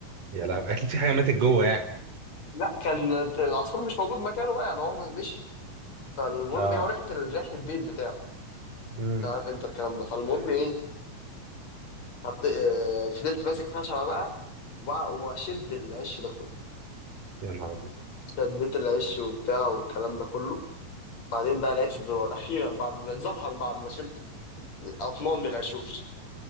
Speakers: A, on the right; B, on the left.
A: يا لهوي اكيد في حاجه ماتت جوه يعني
B: لا كان العصفور مش موجود مكانه بقى يعني هو مشي فالمهم
A: اه
B: ايه هو ريحه ال- ريحه البيت بتاعه
A: امم
B: انت عارف انت الكلام ده فالمهم ايه حط... اه... فضلت ماسك خشبه بقى وبع- واشد العش ده كله
A: يا نهار ابيض
B: شديت العش وبتاع والكلام ده كله بعدين بقى لقيت الزرار اخيرا بعد ما ظهر بعد ما شلت اطنان من العشوش